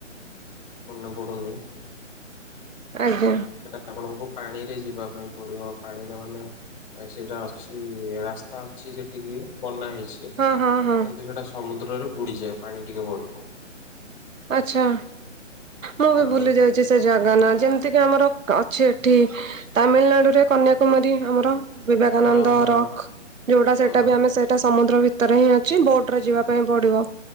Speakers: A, on the left (about 45°); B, on the right (about 85°).
A: ମନେ ପଡୁନି
B: ଆଜ୍ଞା।
A: ସେଟା ଆପଣଙ୍କୁ ପାଣିରେ ଯିବା ପାଇଁ ପଡିବ ପାଣିରେ ମାନେ ଏ ସେଇଟା ଅଛି ରାସ୍ତା ଅଛି ସେଠିକି ବନା ହେଇଛି। କିନ୍ତୁ
B: ହଁ ହଁ ହଁ
A: ସେଟା ସମୁଦ୍ରରେ ବୁଡିଯାଏ ପାଣି ଟିକେ ବଢିଲେ।
B: ଆଛା ମୁଁ ବି
A: ହଁ
B: ବୁଲି ଯାଇ ଜେ ସେ ଜାଗା ନା ଯେମିତି କିି ଆମର ଅଛି ଏଠି ତାମିଲନାଡୁରେ କନ୍ୟାକୁମାରୀ ଆମର ବିବେକାନନ୍ଦ
A: ହଁ ହଁ
B: ରକ୍ ଯୋଉଟା
A: ହଁ
B: ସେଇଟା ବି ଆମେ ସେ ଏଟା ସମୁଦ୍ର ଭିତରେ ହିଁ ଅଛି ବୋଟରେ ଯିବା ପାଇଁ ପଡିବ